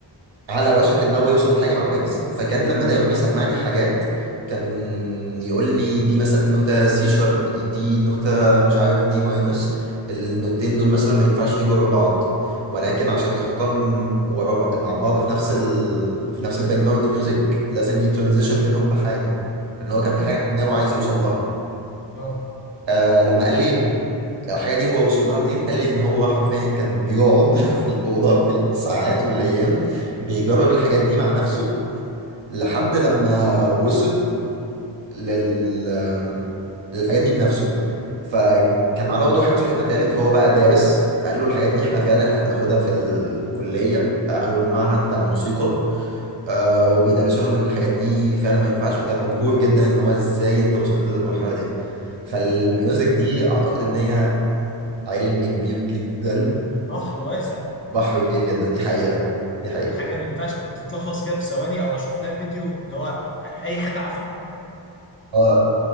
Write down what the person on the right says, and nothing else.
على وشك ان هو يوصل لحاجه مع ويجز فكان لما دايما بيسمعني حاجات كان يقول لي دي مثلا نوتة سي شارب دي نوتة مش عارف دي ماينس النوتين دول مثلا ما ينفعش يجوا ورا بعض ولكن عشان يحطهم ورا بع- مع بعض في نفس ال... في نفس الباك جراوند ميوزك لازم يترانزيشن بينهم بحاجه لان هو كان
في حاجه في دماغه عايز يوصل لها
آه لما قال لي الحاجة دي هو وصل لها منين قال لي ان هو حرفيا كان بيقعد <laughs> في الأوضة بالساعات والأيام بيجرب الحاجات دي مع نفسه لحد لما وصل لل للحاجات دي بنفسه فكان معانا برضه واحد صاحبنا تالت هو بقى دارس فقال له الحاجات دي احنا فعلا احنا بناخدها في الكلية آه، او المعهد بتاع الموسيقى آه وبيدرسوا لهم ان الحاجات دي فعلا ما ينفعش وكان مبهور جدا ان هو ازاي انت وصلت للمرحله دي فالميوزك دي اعتقد ان هي علم كبير جدا
بحر كبير جدا دي حقيقه دي
حقيقه
اه